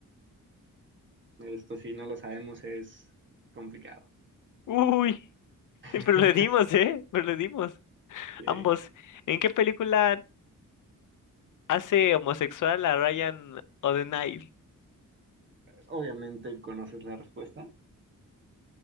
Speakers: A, on the right; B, on the left.
A: Esto si no lo sabemos es complicado.
B: Uy, <laughs>
A: <laughs>
B: pero le dimos, ¿eh? Pero le dimos.
A: Sí,
B: Ambos. ¿En qué película hace homosexual a Ryan O'Donnell?
A: obviamente conoces la respuesta.